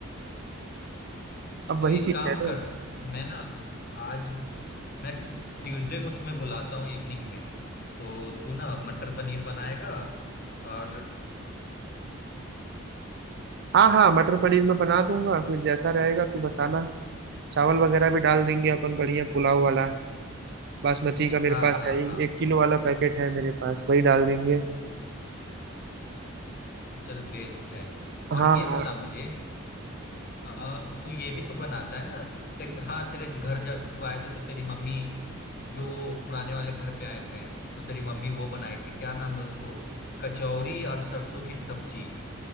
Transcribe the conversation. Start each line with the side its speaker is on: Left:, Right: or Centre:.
Right: अब
Left: तो
Right: वही
Left: एक
Right: चीज
Left: काम
Right: है
Left: कर मैं ना आज मैं ट्यू- ट्यूसडे को तुम्हें बुलाता हूँ इवनिंग में तो तू ना मटर पनीर बनाएगा और
Right: हाँ हाँ मटर पनीर मैं बना दूंगा फिर जैसा रहेगा तू बताना चावल वगैरह भी डाल देंगे अपन बढ़िया पुलाव वाला बासमती का मेरे
Left: हाँ
Right: पास
Left: हाँ
Right: है ही
Left: हाँ
Right: एक किलो वाला पैकेट है मेरे पास वही डाल देंगे
Left: तो चल बेस्ट है
Right: हाँ
Left: और ये
Right: हाँ
Left: बता मुझे हाँ तू ये भी तो बनाता है ना तेरी हाँ तेरे घर जब आए थे तो तेरी मम्मी जो वो पुराने वाले घर पे आए थे तो तेरी मम्मी वो बनाई थी क्या नाम है उसको कचौरी और सरसों की सब्जी